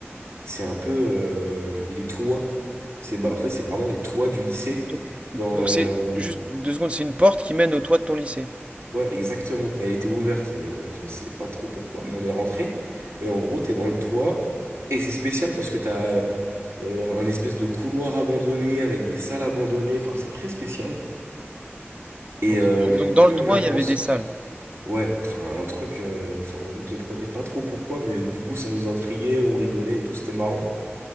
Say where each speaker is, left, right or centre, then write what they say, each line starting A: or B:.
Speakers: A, on the right (about 85°); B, on the right (about 25°).
A: c'est un peu euh, les toits. C'est bah, en fait c'est vraiment les toits du lycée.
B: Do-
A: Dans
B: Donc
A: euh,
B: c'est juste deux secondes, c'est une porte qui mène au toit de ton lycée.
A: ouais exactement. Elle était ouverte, euh, donc on sait pas trop pourquoi, mais on est rentré et en gros t'es dans le toit et c'est spécial parce que t'as euh, euh, un espèce de couloir abandonné avec des salles abandonnées. Enfin c'est très spécial. Et
B: Ok.
A: euh, on-
B: Donc
A: plus
B: dans le toit,
A: on avance,
B: il y avait des salles.
A: ouais, enfin un truc, euh, enfin on comprenait pas trop pourquoi, mais du coup ça nous intriguait, on rigolait et tout, c'était marrant.